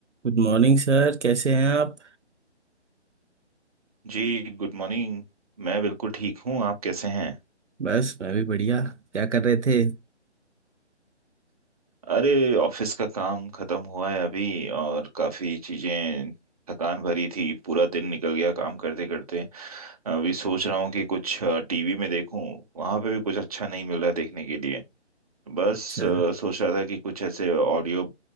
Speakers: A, on the right; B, on the right.
A: Good morning sir कैसे हैं आप
B: जी good morning मैं बिल्कुल ठीक हूँ आप कैसे हैं
A: बस मैं भी बढ़िया क्या कर रहे थे
B: अरे ऑफिस का काम खत्म हुआ है अभी और काफी चीजें थकान भरी थी पूरा दिन निकल गया काम करते करते अभी सोच रहा हूँ कि कुछ टीवी में देखूं वहां पे भी कुछ अच्छा नहीं मिल रहा है देखने के लिए बस
A: अच्छा
B: अ, सोच रहा था कि कुछ ऐसे ऑडियो